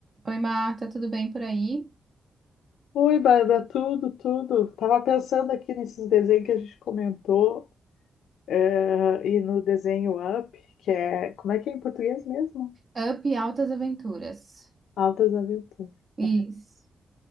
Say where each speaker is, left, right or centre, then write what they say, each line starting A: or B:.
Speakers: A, on the right (about 45°); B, on the left (about 85°).
A: Oi, Marta, tudo bem por aí?
B: Oi, Bárbara, tudo, tudo. Tava pensando aqui nesses desenhos que a gente comentou, eh, e no desenho Up, que é, como é que é em português mesmo?
A: Up Altas Aventuras.
B: Altas Aventuras.
A: Isso.
B: né?